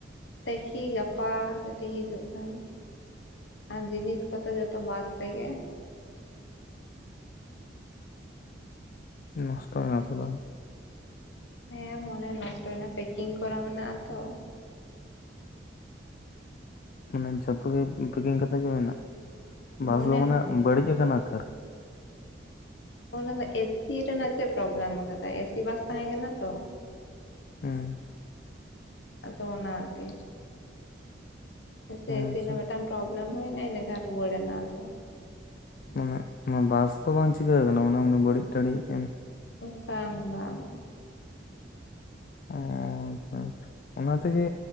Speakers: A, on the left; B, on the left.
A: ᱛᱮᱠᱷᱤ ᱜᱟᱯᱟ ᱡᱩᱫᱤ ᱦᱤᱡᱩᱜ ᱠᱷᱟᱱ ᱟᱨ ᱡᱤᱱᱤᱥ ᱠᱚᱫᱚ ᱡᱚᱛᱚ ᱵᱟᱥ ᱨᱮᱜᱮ
B: ᱱᱚᱥᱴᱚᱭᱮᱱᱟᱢ ᱥᱮ ᱵᱟᱝ
A: ᱦᱮᱸ ᱢᱚᱱᱮ ᱱᱚᱥᱴᱚᱭᱮᱱᱟ ᱯᱮᱠᱤᱝ ᱠᱚᱨᱟᱣ ᱢᱮᱱᱟᱜ-ᱟ ᱛᱚ
B: ᱢᱟᱱᱮ ᱡᱷᱚᱛᱚ ᱜᱮ ᱯᱮᱠᱤᱝ ᱠᱟᱛᱮᱜ ᱜᱮ ᱢᱮᱱᱟᱜ ᱵᱟᱥ
A: ᱢᱚᱱᱮ
B: ᱫᱚ ᱢᱟᱱᱮ
A: ᱦᱚᱸ
B: ᱵᱟᱹᱲᱤᱡ ᱟᱠᱟᱱᱟ ᱟᱠᱟᱨ
A: ᱚᱱᱟ ᱫᱚ ᱮᱥᱤ ᱨᱮᱱᱟᱜ ᱪᱮᱫ ᱯᱨᱚᱵᱞᱮᱢ ᱟᱠᱟᱫᱟ ᱮᱥᱤ ᱵᱟᱥ ᱛᱟᱦᱮᱸ ᱠᱟᱱᱟ ᱛᱚ
B: ᱦᱮᱸ
A: ᱟᱫᱚ ᱚᱱᱟ ᱠᱷᱟᱛᱤᱨ ᱮᱥᱤ
B: ᱟᱪᱪᱷᱟ
A: ᱨᱮᱱᱟᱜ ᱢᱤᱫᱴᱟᱝ ᱯᱨᱚᱵᱞᱮᱢ ᱦᱩᱭᱱᱟ ᱤᱱᱟᱹᱠᱷᱟᱱ ᱨᱩᱣᱟᱹᱲ ᱮᱱᱟ ᱟᱫᱚ
B: ᱢᱟᱱᱮ ᱚᱱᱟ ᱵᱟᱥ ᱫᱚ ᱵᱟᱝ ᱪᱤᱠᱟᱹ ᱟᱠᱟᱱᱟ ᱢᱟᱱᱮ ᱵᱟᱹᱲᱤᱡ ᱛᱟᱲᱤᱡ ᱾
A: ᱵᱟᱝ ᱵᱟᱝ
B: ᱚ ᱟᱪᱪᱷᱟ ᱟᱪᱪᱷᱟ ᱚᱱᱟ ᱛᱮᱜᱮ